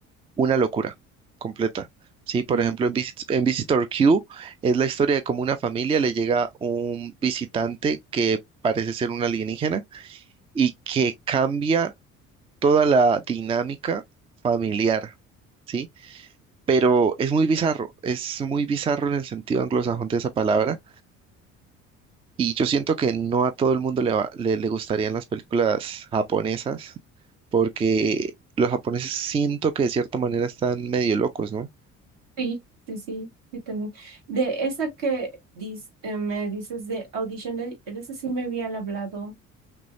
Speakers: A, on the right; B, on the right.
A: una locura completa. Sí, por
B: sí,
A: ejemplo, en, Visit- en Visitor Q es la historia de cómo una familia le llega un visitante que parece ser un alienígena y que cambia toda la dinámica familiar, ¿sí? Pero es muy bizarro, es muy bizarro en el sentido anglosajón de esa palabra y yo siento que no a todo el mundo le va- le, le gustarían las películas japonesas porque los japoneses siento que de cierta manera están medio locos, no
B: sí, sí, sí, sí tenía. De esa que dis- eh, me dices de Audition, de, de esa sí me habían hablado.